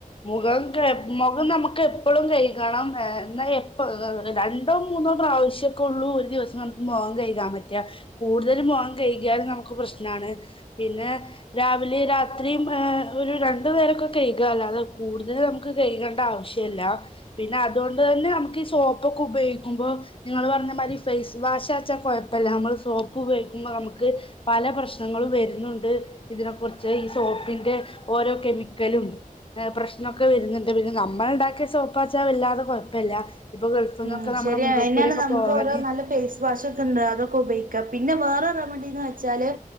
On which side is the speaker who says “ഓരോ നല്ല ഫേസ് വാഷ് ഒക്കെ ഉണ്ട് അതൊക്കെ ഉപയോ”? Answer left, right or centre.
Right